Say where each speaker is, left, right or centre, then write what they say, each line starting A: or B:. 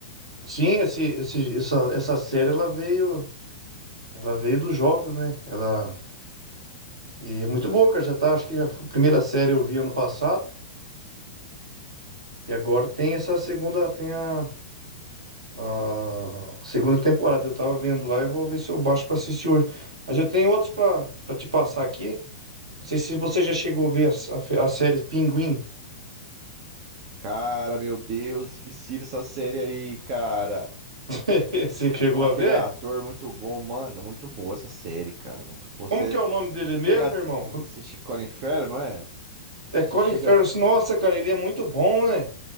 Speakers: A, on the right (about 65°); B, on the right (about 40°).
A: sim, esse, esse- essa, essa série ela veio, ela veio dos jogos, né? Ela e é muito boa, cara. Já tá, acho que já foi a primeira série eu vi ano passado e agora tem essa segunda, tem a, a segunda temporada. Eu tava vendo lá e eu vou ver se eu baixo pra assistir hoje. Mas eu tenho outros pra para te passar aqui. Não sei se você já chegou a ver a, a, a série Pinguim.
B: Cara, meu Deus, que cira essa série aí, cara.
A: <laughs> Você que chegou
B: Com aquele
A: a ver?
B: ator muito bom, mano. Muito boa essa série, cara. Muito boa.
A: Como
B: Você,
A: que é o nome dele
B: você
A: mesmo,
B: chega.
A: irmão?
B: Você, che- Colin Farrell, não é?
A: É
B: Você
A: Colin
B: chega.
A: Farrell. Nossa, cara, ele é muito bom, né?